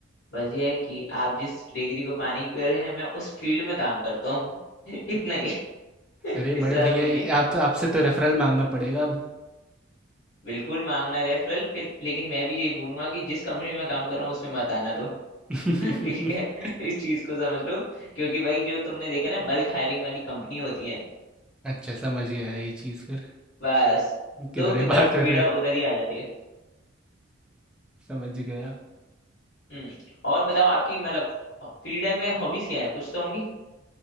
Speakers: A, on the left; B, in the centre.
A: बस ये है कि आप जिस डिग्री को पाने की कर रहे हैं मैं उस फील्ड में काम करता हूँ <laughs> इतना ही है <laughs> इससे
B: अरे बड़े
A: ज्यादा
B: भैया
A: कुछ
B: ये
A: नहीं
B: आप आपसे तो रेफरल मांगना पड़ेगा अब
A: बिल्कुल मांगना रेफरल फिर लेकिन मैं भी यही बोलूंगा कि जिस कंपनी में मैं काम कर रहा हूँ उसमें मत आना तुम
B: <laughs>
A: <laughs> ठीक है इस चीज को समझ लो क्योंकि भाई जो तुमने देखा ना बल्क हायरिंग वाली कंपनी होती है
B: अच्छा समझ गया ये चीज़ फिर
A: बस
B: किधर
A: दुख
B: ये
A: दर्द
B: बात कर
A: पीड़ा
B: रहे हो
A: उधर ही आ जाती है
B: समझ गया
A: हम्म और बताओ आपकी मतलब फ्री टाइम में हॉबीज क्या है कुछ तो होंगी